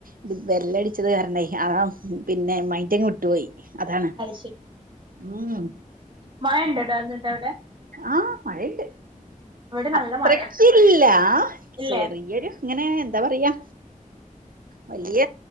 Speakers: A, on the right (about 85°); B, on the right (about 35°).
A: ഇത് ബെല്ലടിച്ചത് കാരണേ ആ പിന്നെ മൈൻഡ് അങ്ങ് വിട്ടുപോയി അതാണ്
B: ശെ
A: ഉം
B: മഴ ഉണ്ടെ ഡാ എന്നട്ട് അവിടെ
A: ആഹ മഴണ്ട്
B: ഇവിടെ
A: അത്രക്കില്ല
B: നല്ല മഴയാ ഇല്ലേ
A: ചെറിയൊരു ഇങ്ങനെ എന്താ പറയാ വലിയ